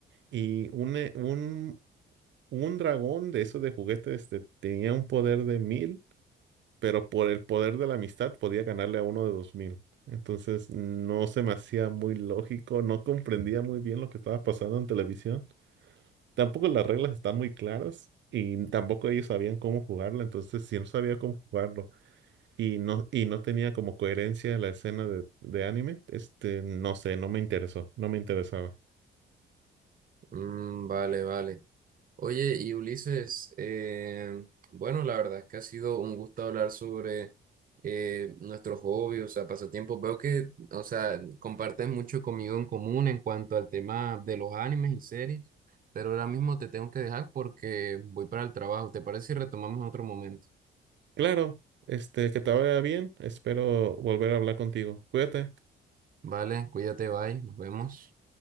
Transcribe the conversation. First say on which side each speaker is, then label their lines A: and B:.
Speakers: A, on the right; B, on the right.
A: Y un, eh, un, un dragón de esos de juguete este, tenía un poder de mil, pero por el poder de la amistad podía ganarle a uno de dos mil. Entonces no se me hacía muy lógico, no comprendía muy bien lo que estaba pasando en televisión. Tampoco las reglas están muy claras y tampoco ellos sabían cómo jugarla, entonces si no sabía cómo jugarlo y no, y no tenía como coherencia la escena de, de anime, este, no sé, no me interesó, no me interesaba.
B: Mm, vale, vale. Oye, y Ulises, eh, bueno, la verdad es que ha sido un gusto hablar sobre eh, nuestros hobbies, o sea, pasatiempos. Veo que, o sea, compartes mucho conmigo en común en cuanto al tema de los animes y series, pero ahora mismo te tengo que dejar porque voy para el trabajo. ¿Te parece si retomamos en otro momento?
A: Claro, este, que te vaya bien, espero volver a hablar contigo. Cuídate.
B: Vale, cuídate, bye, nos vemos.